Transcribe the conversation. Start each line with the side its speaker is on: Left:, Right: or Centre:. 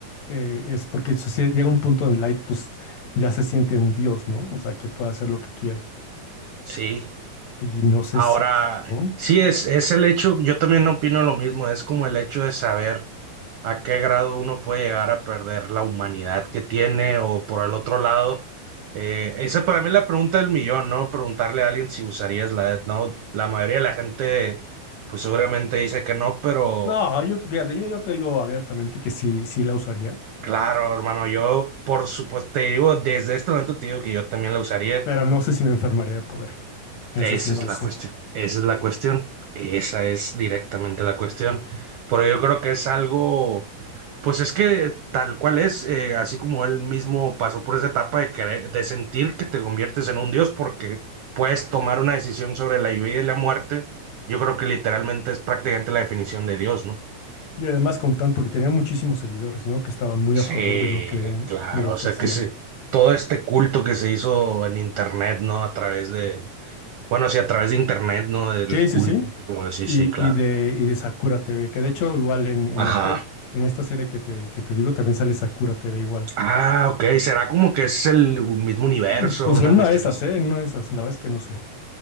Left: eh, es porque eso sí, llega un punto en Light, pues ya se siente un dios, ¿no? O sea, que puede hacer lo que quiera.
Right: Sí.
Left: Y no sé
Right: Ahora,
Left: si, ¿no?
Right: sí, es, es el hecho, yo también opino lo mismo, es como el hecho de saber a qué grado uno puede llegar a perder la humanidad que tiene o por el otro lado. eh, esa para mí es la pregunta del millón, ¿no? Preguntarle a alguien si usarías la Death Note. La mayoría de la gente, pues seguramente dice que no, pero...
Left: No, yo, fíjate, yo, yo te digo abiertamente que sí, sí la usaría,
Right: Claro, hermano, yo por supuesto te digo, desde este momento te digo que yo también la usaría.
Left: pero no sé si me enfermaría de poder. Eso
Right: Esa
Left: sí, no
Right: es
Left: lo
Right: la
Left: sé.
Right: cuestión, esa es la cuestión, esa es directamente la cuestión. Pero yo creo que es algo, pues es que tal cual es, eh, así como él mismo pasó por esa etapa de querer, de sentir que te conviertes en un dios porque puedes tomar una decisión sobre la vida y la muerte, yo creo que literalmente es prácticamente la definición de Dios, ¿no?
Left: Y además con tan, porque tenía muchísimos seguidores, ¿no? Que estaban muy
Right: Sí,
Left: a favor de lo que,
Right: claro,
Left: de lo
Right: o
Left: que
Right: sea
Left: hacían.
Right: que se, todo este culto que se hizo en internet, ¿no? A través de, bueno, sí, a través de internet, ¿no? Del
Left: Sí,
Right: culto,
Left: sí, sí.
Right: así como que sí,
Left: Y,
Right: sí, claro.
Left: y de, y de Sakura TV, que de hecho igual en, en,
Right: Ajá.
Left: este, en esta serie que te, que te digo también sale Sakura TV igual.
Right: Ah, ok, será como que es el mismo
Left: Mm,
Right: universo,
Left: Pues
Right: una
Left: en una
Right: cuestión
Left: de esas,
Right: así.
Left: ¿eh? En una de esas, la verdad es que no sé.